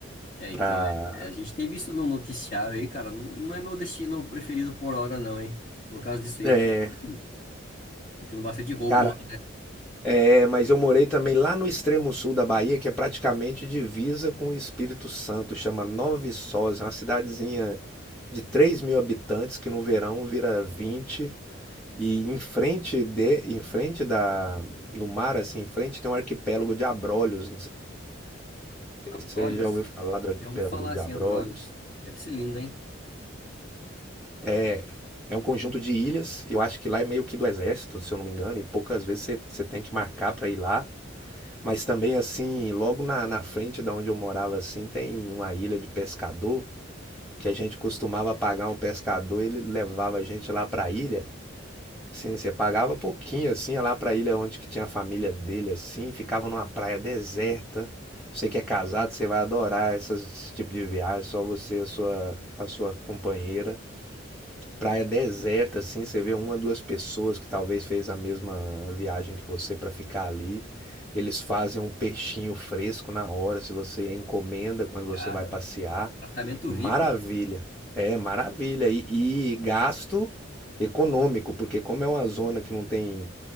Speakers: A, on the left; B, in the centre.
A: É,
B: para
A: então, é, é, a gente tem visto no noticiário aí, cara, não não é meu destino preferido por hora, não, hein? Por causa disso aí,
B: é,
A: hum, tá tendo bastante roubo
B: cara,
A: lá.
B: É, mas eu morei também lá no extremo sul da Bahia, que é praticamente divisa com o Espírito Santo, chama Nova Viçosa, é uma cidadezinha de 3 mil habitantes que no verão vira 20. E em frente de, em frente da, no mar, assim, em frente tem um arquipélago de Abrolhos. Não sei
A: Abrolhos?
B: se você já ouviu falar do arquipélago
A: Já ouvi falar
B: de
A: assim,
B: Abrolhos.
A: Abrolhos. Deve ser lindo, hein?
B: É, é um conjunto de ilhas. Eu acho que lá é meio que do exército, se eu não me engano, e poucas vezes você, você tem que marcar para ir lá. Mas também assim, logo na, na frente da onde eu morava assim, tem uma ilha de pescador que a gente costumava pagar um pescador, ele levava a gente lá para a ilha. Assim, você pagava pouquinho assim, ia lá para a ilha onde que tinha a família dele assim, ficava numa praia deserta. Você que é casado, você vai adorar essas- esse tipo de viagem, só você e a sua a sua companheira praia deserta, assim, você vê uma, duas pessoas que talvez fez a mesma viagem que você para ficar ali. Eles fazem um peixinho fresco na hora, se você encomenda quando
A: Cara,
B: você vai passear.
A: tratamento
B: Maravilha.
A: VIP,
B: É, maravilha. E, e gasto econômico, porque como é uma zona que não tem,